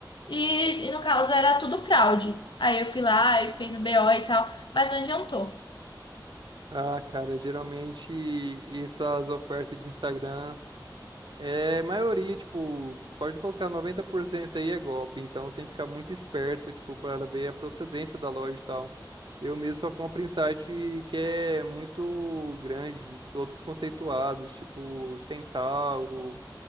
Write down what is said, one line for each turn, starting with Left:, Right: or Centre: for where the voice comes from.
Left: e, e no caso era tudo fraude. Aí eu fui lá e fiz um BO e tal, mas não adiantou.
Right: Ah, cara, geralmente essas ofertas de Instagram é maioria, tipo, pode colocar 90% aí é golpe, então tem que ficar muito esperto, tipo, para ver a procedência da loja e tal. Eu mesmo só compro em site que é muito grande, todos conceituados, tipo Centauro,